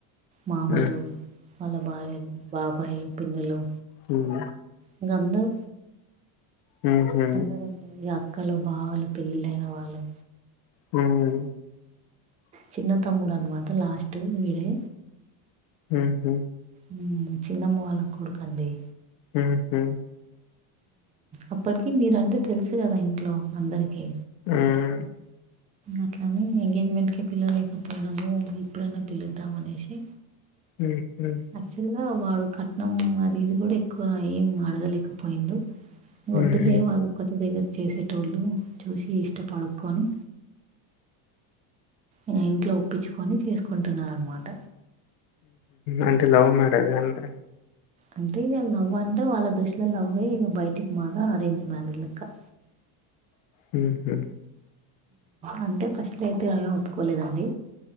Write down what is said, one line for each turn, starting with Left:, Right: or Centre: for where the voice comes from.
Right: మామలు
Left: హ్మ్.
Right: వాళ్ళ భార్యలు బాబాయిలు పిన్నలు
Left: హ్మ్.
Right: ఇంక అందరం
Left: హుహు.
Right: అందరు అక్కలు బావలు పెళ్ళిళైన వాళ్ళు
Left: హ్మ్
Right: చిన్న తమ్ముడు అనమాట లాస్ట్ వీడే
Left: హ్మ్
Right: హ్మ్ చిన్నమ్మ వాళ్ళ కొడుకు అండి
Left: ఊ హ్మ్
Right: అప్పటికి మీరు అంటే తెలుసు కదా ఇంట్లో అందరికి
Left: హ్మ్
Right: అట్లాని ఎంగేజ్మెంట్ క పిల్లలేకపోయినాము ఇప్పుడైనా పిలుద్దాం అనేసి
Left: ఉ హ్మ్
Right: యాక్చువల్గా వాడు కట్నం అది ఇది కూడా ఎక్కువ ఏం అడగలేకపోయిడు వద్దులే
Left: హుహు.
Right: వాళ్ళొక్కటి దగ్గర చేసేటోళ్ళు చూసి ఇష్టపడుకొని ఇ ఇంట్లో ఒప్పించుకొని చేసుకుంటున్నారనమాట
Left: అంటే లవ్ మ్యారేజ్ ఆ అండి
Right: అంటే ఇక లవ్ అంటే వాళ్ళ దృష్టిలో లవ్ ఇక బయటికి మాదాం అరేంజ్ మ్యారేజ్ లెక్క
Left: హహు
Right: అంటే ఫస్ట్ అయితే ఏం ఒప్పుకోలేదండి